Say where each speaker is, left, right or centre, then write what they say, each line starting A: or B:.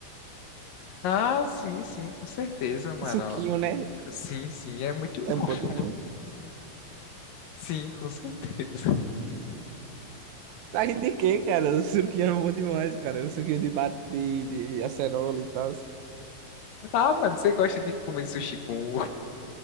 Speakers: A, on the left (about 70°); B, on the right (about 80°).
A: Ah, sim, sim, com certeza, mano.
B: Suquinho, né?
A: Sim, sim, é muito
B: É
A: bom.
B: bom
A: <laughs>
B: demais.
A: Sim, com certeza.
B: Tá rindo de quê, cara? O suquinho é bom demais, cara. O suquinho de, bate, de, de acerola e tal.
A: Ah, mano, você gosta de comer sushi com,